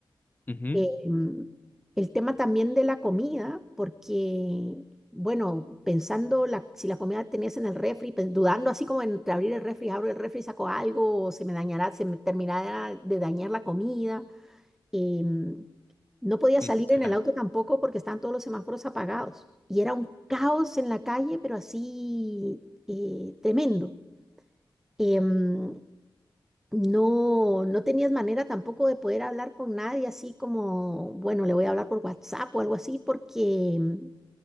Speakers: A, on the left (about 20°); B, in the centre.
A: ujú,
B: Eh, mm, el tema también de la comida, porque, bueno, pensando la, si la comida tenías en el refri, pen- dudando así como entre abrir el refri, abro el refri, saco algo, o se me dañará, se me terminará de dañar la comida eh, no podía salir
A: ujú, claro.
B: en el auto tampoco porque estaban todos los semáforos apagados. Y era un caos en la calle, pero así eh, tremendo. Em, no, no tenías manera tampoco de poder hablar con nadie así como, bueno, le voy a hablar por WhatsApp o algo así, porque em,